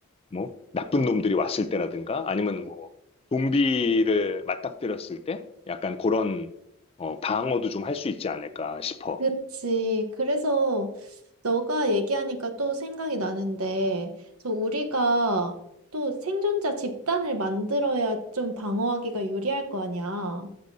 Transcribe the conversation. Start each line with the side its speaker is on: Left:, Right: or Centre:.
Left: 뭐 나쁜 놈들이 왔을 때라든가 아니면 뭐 좀비를 맞닥뜨렸을 때 약간 그런 어, 방어도 좀 할 수 있지 않을까 싶어.
Right: 그치. 그래서 너가 얘기하니까 또 생각이 나는데, 그래서 우리가 또 생존자 집단을 만들어야 좀 방어하기가 유리할 거 아니야.